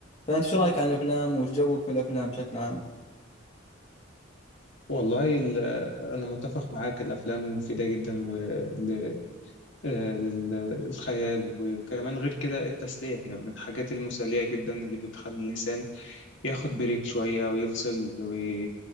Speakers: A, on the left; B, on the left.
A: فأنت شو رأيك عن الأفلام وش جوك في الأفلام بشكل عام؟
B: والله ال- أنا متفق معاك الأفلام مفيدة جدا ول- آه، للخيال وكمان غير كده التسلية هي من الحاجات المسلية جدا اللي بتخلي الإنسان ياخد بريك شوية ويفصل و-